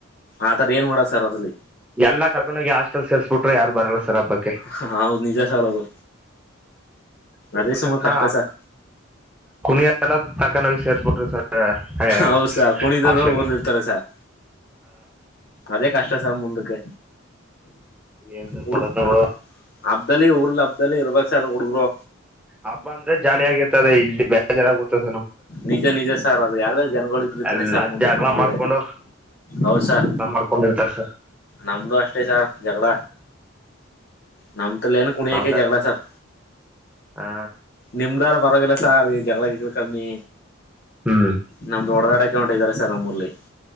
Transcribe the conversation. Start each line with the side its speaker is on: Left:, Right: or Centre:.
Left: ಆತರ ಏನ್ ಮಾಡ ಸರ್ ಅದಲ್ಲಿ.
Centre: ಎಲ್ಲ ಕರ್ಕೊಂಡೋಗ ಹಸ್ಟೆಲ್ ಸೇರಿಸಸ್ಬಿಟ್ರೆ ಯಾರ ಬರಲ್ಲ ಸರ್ ಹಬ್ಬಕ್ಕೆ
Left: ಹ್ಮ್ ಹೌದು ನಿಜ ಸರ್ ಅದು.
Centre: ಹುಡ್ಗನ್ನ
Left: ಅದೇ ಸುಮ ಕಷ್ಟ ಸರ್
Centre: ಕುಣಿಯ ಎಲ್ಲ ತಕನೋಗಿ ಸೇರ್ಸ್ಬಿಟ್ರರು ಸರ್. ಹ ಹ
Left: ಹೌದು ಸರ್ ಕುಣಿದದವ್ರು
Centre: ಹಾಸ್ಟೇಲಿಗೆ
Left: ಊರ್ಲಿರ್ತಾರೆ ಸರ್ ಅದೇ ಕಷ್ಟ ಸರ್ ಮುಂದಕ್ಕೆ
Centre: ಏನ್ ಸರ್
Left: ಹಡು
Centre: ಮಾಡೋದ್ ನಾವು
Left: ಹಬ್ದಲ್ಲಿ ಊರ್ಲ್ ಹಬ್ಬ್ದದಲ್ಲಿ ಇರ್ಬೇಕ ಸರ್ ಹುಡುಗರು
Centre: ಹಬ್ಬ ಅಂದ್ರೆ ಜಾಲಿಯ ಆಗಿರ್ತದೆ ಇಲ್ಲಿ ಬೇಜಾರ್ ಆಗಬು ಟ್ಟುದದೇ ಗೊತ್ತ
Left: ನಿಜ ನಿಜ ಸಾರ್ ಅದು ಯಾರ ಜನಗಳು ಇದ್ರತಾನನೆ.
Centre: ಎಲ್ಲ
Left: ಸಾರ್ ಮುಂದಕ್ಕೆ
Centre: ಜಗಳ
Left: ನಮಗ
Centre: ಮಾಡ್ಕೊಂಡು
Left: ಹೌಸಾರ್.
Centre: <unintelligible>
Left: ನಮ್ದು ಅಷ್ಟೇ ಸಾರ್ ಜಗಳ. ನಮ ತಲ್ಲ ಏನ ಕುಣಿಯಕ
Centre: ಆತ
Left: ಜಗಳ ಸರ್
Centre: ಹಾ
Left: ನಿಮ್ದಾರ ಪರವಾಗಿಲ್ಲ. ಸಾರ್ ಈ ಜಗಳ ಜಿಗಳ ಕಮ್ಮಿ
Centre: ಹ್ಮ್
Left: ನಮ್ದೊಡ ದಡಕ ಹೊಟವೈತಾರೆ ಸರ್ ನಮ್ಮ್ಊರ್ಲ್ಲಿ.